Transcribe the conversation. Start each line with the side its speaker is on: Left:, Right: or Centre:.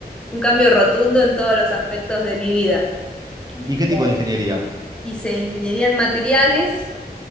Centre: un cambio rotundo en todos los aspectos de mi vida. Y
Right: ¿Y qué tipo de ingeniería?
Centre: Hice ingeniería en materiales